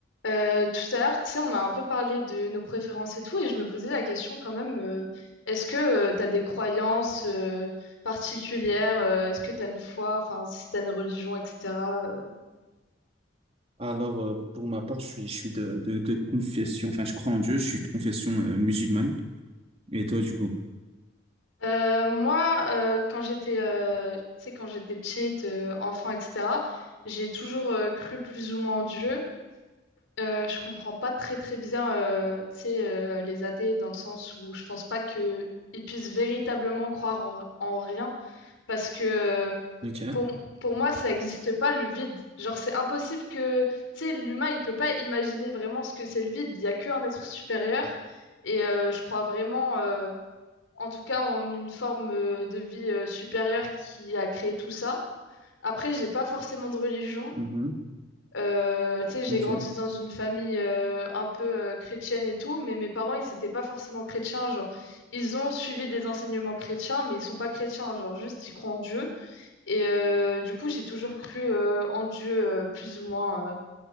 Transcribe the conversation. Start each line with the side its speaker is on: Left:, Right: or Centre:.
Left: Euh, tout à l'heure, tu sais, on a un peu parlé de nos préférences et tout, et je me posais la question quand même, euh, est-ce que tu as des croyances euh, particulières, euh, est-ce que tu as une foi, enfin, si tu as une religion, etc. euh.
Right: Alors, euh, pour ma part, je suis, je suis de, de, de confession, enfin, je crois en Dieu, je suis de confession euh, musulmane. Et toi, du coup?
Left: Euh, moi, euh, quand j'étais, euh, tu sais, quand j'étais petite, euh, enfant, etc., j'ai toujours euh, cru plus ou moins en Dieu. Euh, je comprends pas très très bien, euh, tu sais, euh, les athées dans le sens où je pense pas que ils puissent véritablement croire en, en rien parce que euh,
Right: Ok.
Left: Pour, pour moi, ça n'existe pas le vide. Genre, c'est impossible que, tu sais, l'humain, il peut pas imaginer vraiment ce que c'est le vide. Il n'y a qu'un être supérieur. Et euh, je crois vraiment, euh, en tout cas, en une forme euh, de vie euh, supérieure qui a créé tout ça. Après, j'ai pas forcément de religion.
Right: Mhm.
Left: Euh, tu sais, j'ai
Right: Ok.
Left: grandi dans une famille euh, un peu euh, chrétienne et tout, mais mes parents, ils n'étaient pas forcément chrétiens. Genre, ils ont suivi des enseignements chrétiens, mais ils sont pas chrétiens. Genre, juste, ils croient en Dieu. Et euh, du coup, j'ai toujours cru euh, en Dieu euh, plus ou moins euh,